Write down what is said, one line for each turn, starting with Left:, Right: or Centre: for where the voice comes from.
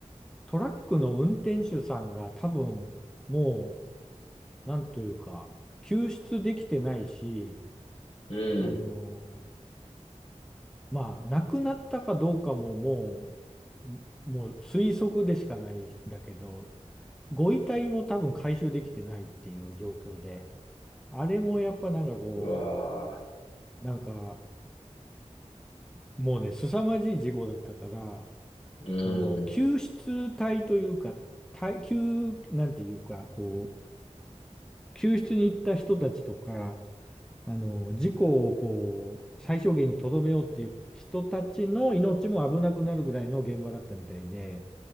Centre: トラックの運転手さんが多分、もう、なんというか、救出できてないし、
Left: うん。
Centre: あの、まあ、亡くなったかどうかももう、んもう推測でしかないんだけど、ご遺体も多分回収できてないっていう状況で、あれもやっぱなんかこ
Left: うわ
Centre: う、なんか、もうね、凄まじい事故だったから、
Left: ー。う
Centre: その、救出隊というか、
Left: ん。
Centre: 隊救、なんていうか、こう、救出に行った人たちとか、あの、事故をこう、最小限にとどめようっていう人たちの命も危なくなるぐらいの現場だったみたいで、